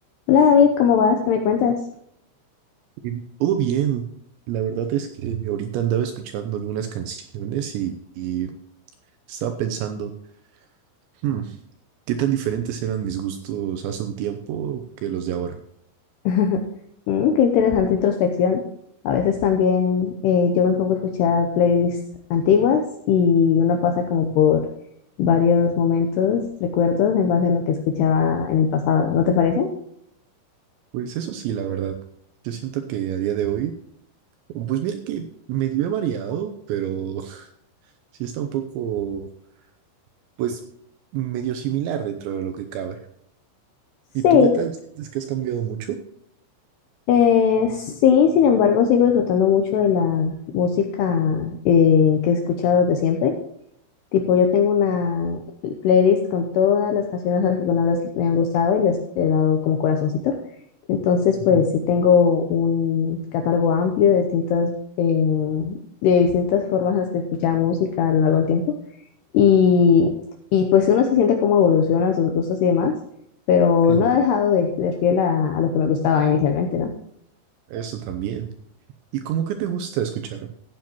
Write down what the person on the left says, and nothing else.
Hola David, ¿cómo vas? ¿Qué me cuentas?
<laughs> Mm, qué interesante introspección. A veces también eh, yo me pongo a escuchar playlists antiguas y uno pasa como por varios momentos, recuerdos en base a lo que escuchaba en el pasado, ¿no te parece?
Sí,
eh, sí, sin embargo sigo disfrutando mucho de la música eh, que he escuchado desde siempre. Tipo, yo tengo una playlist con todas las canciones a las que alguna vez me han gustado y les he dado como corazoncito. Entonces, pues
sí tengo un catálogo amplio de distintas, eh, de distintas formas en las que escuchaba música a lo largo del tiempo. Y, y, pues uno se siente como evoluciona sus gustos y demás, pero
no ha dejado de ser fiel a, a lo que me gustaba inicialmente, ¿no?